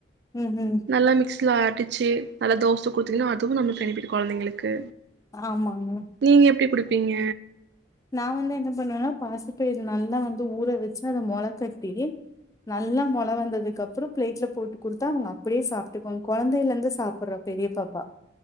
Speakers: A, on the left; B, on the right.
A: ம் ம்
B: நல்லா மிக்சில அடிச்சு நல்ல தோச குடுத்தீங்கன்னா அதுவு நமக் பெனிஃபிட்டு கொழந்தைங்களுக்கு
A: ஆமாங்க
B: நீங்க எப்டி குடுப்பீங்க
A: நா வந்து என்ன பண்ணுவேன்னா பாசிப்பயிரு நல்லா வந்து ஊற வச்சு அத மொளக்கட்டி நல்லா மொள வந்ததுக்கப்பற பிளேட்ல போட்டு குடுத்தா அவங்க அப்டியே சாப்ட்டுக்குவாங்க கொழந்தைலேருந்து சாப் பற பெரிய பாப்பா